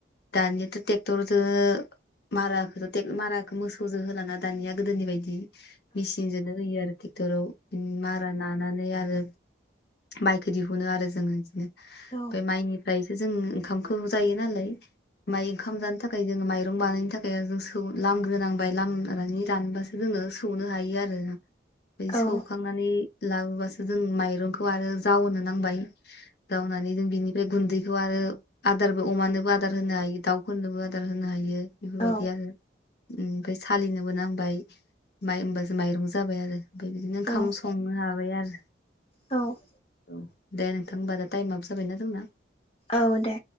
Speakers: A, on the left; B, on the left.
A: दानियाथह ट्रेक्टरजों माराखौथ' माराखौो मोसौजो होलाना दानिया गोदोनि बायदि मेसििनजोंनो होयो आरो बिथटराव मारा नानानै आरो माइखौ दिहुनो आरो जोङो बिदिनो ओमफ्राय
B: औ
A: माइनि ओमफ्रायसो जों ओंखामखौ जायो नालाय। माइ ओंखाम जानो थाखाय जोङो माइरं बानायनो थाखाय जों लामग्रोनांबाय लामग्रोनानै रानोबासो जों सौनो हायो आरो
B: औ
A: सौखांनानै लाबोबासो जों माइरंखौ आरो जावनो नांबाय जावनानै जों बिनिफ्राय गुनदैखौ आरो आदारबो अमानोबो। आदार होनो हायो दाउफोरनोबो आदार होनो हायो बेफोरबायदि
B: औ
A: आरो। ओमफ्राय सालिनोबो नांबाय माइ होमबासो माइरं जाबाय आरो। ओमफ्राय बिदिनो ओंखाम
B: औ
A: संनो हाबाय आरो।
B: औ
A: औ, दे नोंथां होमबा दा टाइमाबो जाबायना जोंना।
B: औ दे